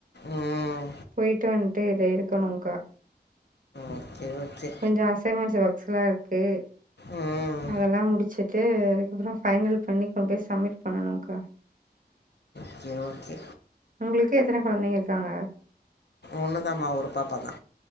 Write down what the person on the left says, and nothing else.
ம்
ஓகே ஓகே
ம்
ஓகே ஓகே
ஒன்னுதாம்மா ஒரு பாப்பா தா